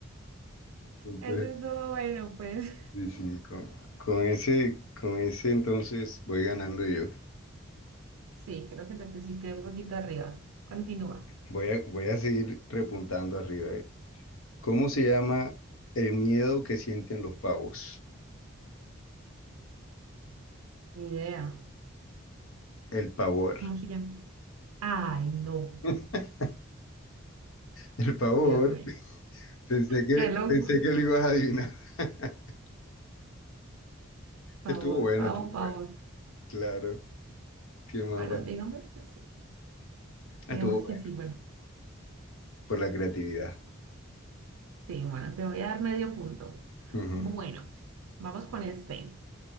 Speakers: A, on the left; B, on the right.
A: Entonces,
B: Eso estuvo bueno, pues.
A: sí, sí, con, con ese, con ese entonces voy ganando yo.
B: Sí, creo que te pusiste un poquito arriba. Continúa.
A: Voy a, voy a seguir repuntando arriba. eh. ¿Cómo se llama el miedo que sienten los pavos?
B: Ni idea.
A: El pavor.
B: ¿Cómo se llama? Ay, no.
A: <laughs> El pavor.
B: Dios mío.
A: Pensé que,
B: Qué loco.
A: pensé que lo ibas a adivinar. <laughs>
B: Pavor,
A: Estuvo bueno,
B: pavor,
A: estuvo
B: pavor.
A: bueno. Claro. ¿Qué más
B: Bueno,
A: va?
B: digamos que sí.
A: Estuvo
B: Digamos
A: bueno.
B: que sí. Bueno,
A: Por la creatividad.
B: sí, bueno, te voy a dar medio punto.
A: Ujú.
B: Bueno, vamos con este.